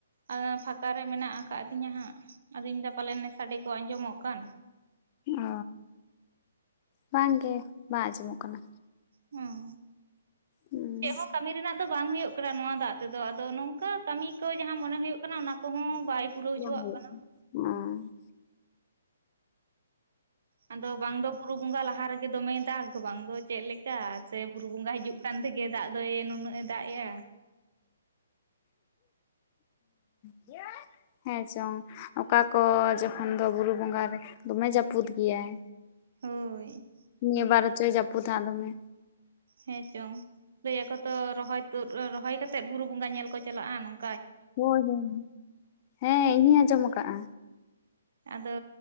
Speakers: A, on the right (about 60°); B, on the left (about 35°).
A: ᱟᱫᱚ ᱯᱷᱟᱸᱠᱟ ᱨᱮ ᱢᱮᱱᱟᱜ ᱟᱠᱟᱜ ᱫᱤᱧᱟ ᱦᱟᱸᱜ ᱟᱫᱚ ᱤᱧ ᱫᱚ ᱯᱟᱞᱮᱱ ᱥᱟᱰᱮ ᱠᱚ ᱟᱸᱡᱚᱢᱚᱜ ᱠᱟᱱ
B: ᱚ ᱵᱟᱝ ᱜᱮ ᱵᱟᱝ ᱟᱸᱡᱚᱢᱚᱜ ᱠᱟᱱᱟ
A: ᱦᱩᱸ
B: ᱦᱩᱸ
A: ᱪᱮᱫ ᱦᱚᱸ ᱠᱟᱹᱢᱤ ᱨᱮᱱᱟᱜ ᱫᱚ ᱵᱟᱝ ᱦᱩᱭᱩᱜ ᱠᱟᱱᱟ ᱱᱚᱣᱟ ᱫᱟᱜ ᱛᱮᱫᱚ ᱟᱫᱚ ᱱᱚᱝᱠᱟ ᱠᱟᱹᱢᱤ ᱠᱚ ᱡᱟᱦᱟᱸ ᱢᱚᱱᱮ ᱦᱩᱭᱩᱜ ᱠᱟᱱᱟ ᱚᱱᱟ ᱠᱚᱦᱚᱸ ᱵᱟᱭ ᱯᱩᱨᱟᱹᱣ
B: <unintelligible>
A: ᱦᱚᱪᱚᱣᱟᱜ ᱠᱟᱱᱟ
B: ᱚᱸ
A: ᱟᱫᱚ ᱵᱟᱝᱫᱚ ᱵᱩᱨᱩ ᱵᱚᱸᱜᱟ ᱞᱟᱦᱟ ᱨᱮᱜᱮ ᱫᱚᱢᱮᱭ ᱫᱟᱜ ᱵᱟᱝ ᱫᱚ ᱪᱮᱫ ᱞᱮᱠᱟ ᱥᱮ ᱵᱩᱨᱩ ᱵᱚᱸᱜᱟ ᱦᱤᱡᱩᱜ ᱠᱟᱱ ᱛᱮᱜᱮ ᱫᱟᱜ ᱫᱚᱭ ᱱᱩᱱᱟᱹᱜ ᱮ ᱫᱟᱜ ᱮᱫᱼᱟ
B: <inaudible> ᱦᱮᱸ ᱪᱚᱝ ᱚᱠᱟ ᱠᱚ ᱡᱚᱠᱷᱚᱱ ᱫᱚ ᱵᱩᱨᱩ ᱵᱚᱸᱜᱟ ᱨᱮ ᱫᱚᱢᱮ ᱡᱟᱹᱯᱩᱫ ᱜᱤᱭᱟᱭ
A: ᱦᱳᱭ
B: ᱱᱤᱭᱟᱹ ᱵᱟᱨ ᱦᱚᱪᱚᱭ ᱡᱟᱹᱯᱩᱫ ᱦᱟᱸᱜ ᱫᱚᱢᱮ
A: ᱦᱮᱸ ᱪᱚᱝ ᱞᱟᱹᱭ ᱮᱫ ᱟᱠᱚ ᱛᱚ ᱨᱚᱦᱚᱭ ᱛᱩᱫ ᱨᱚᱦᱚᱭ ᱠᱟᱛᱮᱜ ᱵᱩᱨᱩ ᱵᱚᱸᱜᱟ ᱧᱮᱞ ᱠᱚ ᱪᱟᱞᱟᱜᱼᱟ ᱱᱚᱝ
B: ᱦᱳᱭ ᱦᱳᱭ ᱦᱮᱸ ᱤᱧᱦᱩᱧ ᱟᱸᱡᱚᱢ ᱟᱠᱟᱫᱼᱟ
A: ᱟᱫᱚ